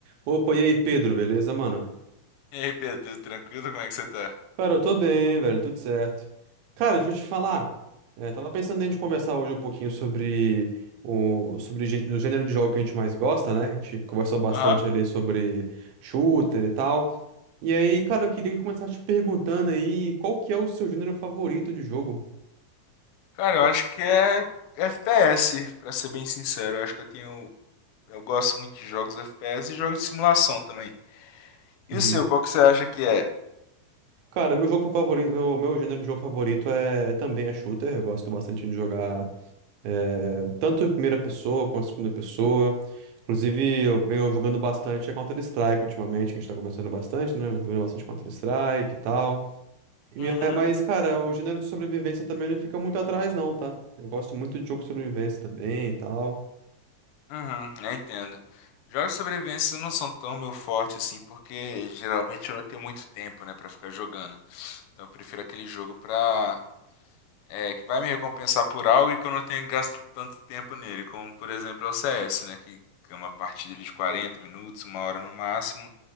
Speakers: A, on the right (about 80°); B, on the left (about 85°).
A: Opa, e aí, Pedro, beleza, mano?
B: E aí, Pedro, tudo tranquilo? Como é que você tá?
A: Cara, eu tô bem, velho, tudo certo. Cara, deixa eu te falar. É, tava pensando em a gente conversar hoje um pouquinho sobre o, sobre gê- o gênero de jogo que a gente mais gosta, né? A gente conversou bastante
B: Aham.
A: ali sobre shooter e tal. E aí, cara, eu queria começar te perguntando aí qual que é o seu gênero favorito de jogo?
B: Cara, eu acho que é FPS, pra ser bem sincero. Eu acho que eu tenho. Eu gosto muito de jogos FPS e jogos de simulação também. E
A: Uhum.
B: o seu, qual que você acha que é?
A: Cara, meu jogo favorito, meu, meu gênero de jogo favorito é também é shooter. Eu gosto bastante de jogar. É, tanto em primeira pessoa quanto em segunda pessoa. Inclusive, eu venho jogando bastante a Counter-Strike ultimamente, que a gente tá começando bastante, né? Jogando bastante Counter-Strike e tal. E
B: Uhum,
A: minha- é, mas, cara, o gênero de sobrevivência também não fica muito atrás, não, tá? Eu gosto muito de jogo de sobrevivência também e tal.
B: uhum, eu entendo. Jogos de sobrevivência não são tão meu forte assim, porque geralmente eu não tenho muito tempo, né, pra ficar jogando. Então eu prefiro aquele jogo pra é, que vai me recompensar por algo e que eu não tenha gasto tanto tempo nele, como por exemplo é o CS, né? Que é uma partida ali de 40 minutos, uma hora no máximo,